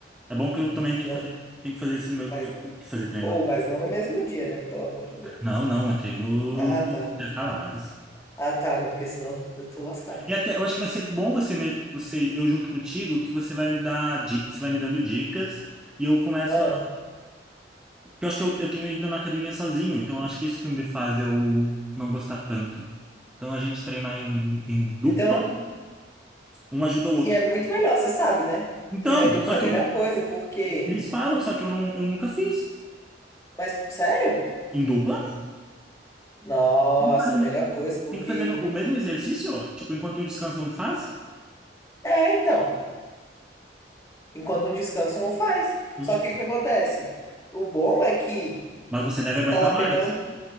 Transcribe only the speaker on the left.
Não,
mas
não.
Ou, mas não no mesmo dia, né? Pelo amor de Deus.
Ah, tá.
Ah, tá, não, porque senão eu tô lascado.
Ah,
então,
e
é muito melhor, você sabe, né?
Treinar em dupla
é a melhor
coisa, porque.
Mas, sério?
Nossa,
é a melhor
coisa, porque.
É, então. Enquanto um descansa, um faz.
Só que o que acontece? O bom é que
você
tá lá
pegando um